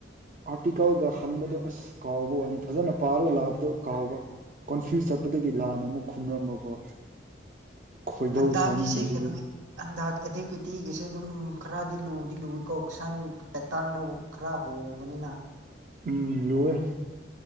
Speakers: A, on the right; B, on the right.
A: ꯑꯥꯔꯇꯤꯀꯜꯒ ꯍꯪꯕꯗꯣ ꯑꯁ ꯀꯥꯎꯕ ꯋꯥꯅꯤ ꯐꯖꯅ ꯄꯥꯔꯒ ꯂꯥꯛꯕꯗꯣ ꯀꯥꯎꯕ ꯫ ꯀꯣꯟꯐ꯭ꯌꯨꯁ ꯆꯠꯄꯗꯒꯤ ꯂꯥꯟꯅ ꯑꯃꯨꯛ ꯈꯨꯝꯔꯝꯕꯀꯣ꯫ ꯈꯣꯏꯗꯧ
B: ꯍꯟꯗꯛꯀꯤꯁꯦ
A: ꯁꯥꯎꯅꯤꯡꯕꯁꯤꯗꯤ
B: ꯀꯩꯅꯣꯒꯤ ꯍꯟꯗꯛ ꯑꯦꯇꯦꯛꯇꯤꯒꯤꯁꯦ ꯑꯗꯨꯝ ꯈꯔꯗꯤ ꯂꯨꯗꯤ ꯂꯨꯏꯌꯦꯀꯣ ꯀꯣꯁꯟ ꯄꯦꯇꯥꯟꯅꯃꯨꯛ <unintelligible> ꯈꯔ ꯍꯣꯡꯕꯅꯤꯅ
A: ꯎꯝ ꯂꯨꯋꯦ꯫